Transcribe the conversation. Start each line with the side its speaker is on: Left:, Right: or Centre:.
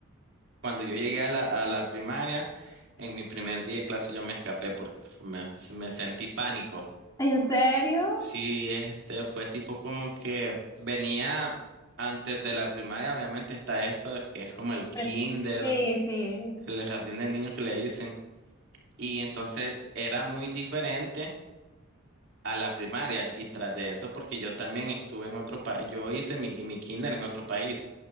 Right: cuando yo llegué a la, a la primaria, en mi primer día de clase yo me escapé porque me, me sentí pánico.
Left: ¿En serio?
Right: Sí, este fue tipo como que venía antes de la primaria, obviamente está esto de que es como el kinder,
Left: Pero- Sí, sí.
Right: el jardín de niños que le dicen. Y entonces era muy diferente a la primaria. Y tras de eso, porque yo también estuve en otro país, yo hice mi, mi kinder en otro país.